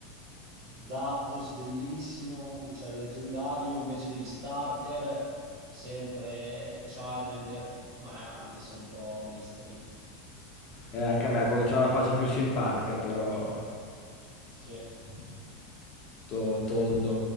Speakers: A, on the right; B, on the left.
A: Zapdos, bellissimo, uccello leggendario, invece degli starter, sempre Charmander, ma anche se un po' mainstream.
B: Eh, anche a me, quello che ha la faccia più simpatica, però...
A: Sì.
B: eh, to- tondo.